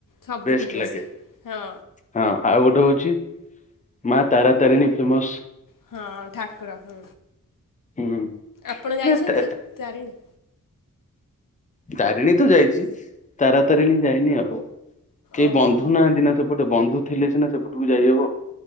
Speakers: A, on the left; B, on the left.
A: ସବୁଠୁ
B: ବେଷ୍ଟ
A: ବେଶୀ
B: ଲାଗେ
A: ହଁ
B: ହଁ ଆଉ ଗୋଟେ ହଉଛି ମା ତାରାତାରିଣୀ ଫେମସ।
A: ହଁ ଠାକୁର ହୁଁ
B: ହୁଁ
A: ଆପଣ ଯାଇଛନ୍ତି
B: ନା ତା-
A: ତାରିଣୀ।
B: ତାରିଣୀ ତ ଯାଇଛି ତାରାତାରିଣୀ ଯାଇନି ଆଉ। କେହି
A: ଓହୋ
B: ବନ୍ଧୁ ନାହାନ୍ତି ନା ସେପଟେ ବନ୍ଧୁ ଥିଲେ ସିନା ସେପଟକୁ ଯାଇହବ।